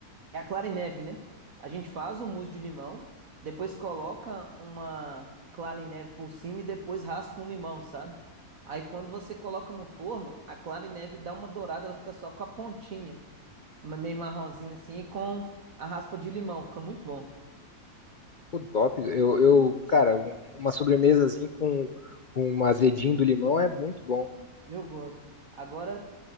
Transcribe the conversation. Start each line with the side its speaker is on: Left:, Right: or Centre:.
Right: é a clara em neve, né? A gente faz o mousse de limão, depois coloca uma clara em neve por cima e depois raspa um limão, sabe? Aí quando você coloca no forno, a clara em neve dá uma dourada, ela fica só com a pontinha, ma- meio marronzinha assim, e com a raspa de limão, fica muito bom.
Left: Pô, top. Eu, eu, cara, um- uma sobremesazinha com, com um azedinho do limão é muito bom.
Right: Eu gosto. Agora,